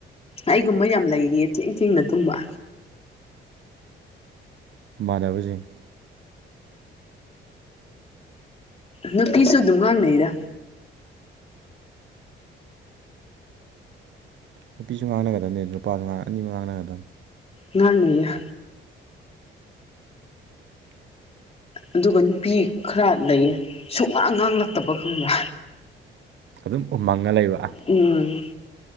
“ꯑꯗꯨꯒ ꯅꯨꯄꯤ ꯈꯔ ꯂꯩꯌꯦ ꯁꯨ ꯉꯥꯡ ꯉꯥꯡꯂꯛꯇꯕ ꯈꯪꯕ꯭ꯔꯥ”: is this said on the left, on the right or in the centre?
Left